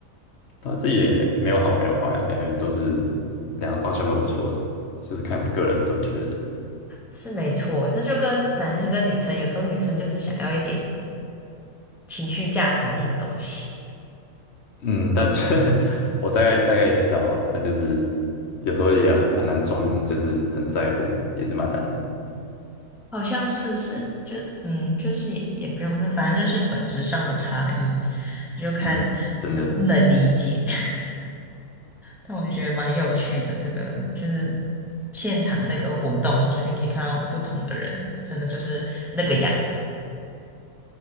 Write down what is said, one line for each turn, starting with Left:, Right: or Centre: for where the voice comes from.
Left: 他这也没有好没有坏啊，感觉都是两个方向都不错的，就是看个人怎么觉得。
Centre: 是没错，这就跟男生跟女生，有时候女生就是想要一点情绪价值面的东西，
Left: 嗯，但就 <laughs> 我大概大概知道了但就是有时候也很很难装，就是很在乎，也是蛮难的。
Centre: 好像是是就嗯，就是也也不用，反正就是本质上的差异，就看
Left: 嗯，真的，
Centre: 能不能理解。<laughs> 但我就觉得蛮有趣的，这个就是现场那个活动，就是你可以看到不同的人，真的就是那个样子，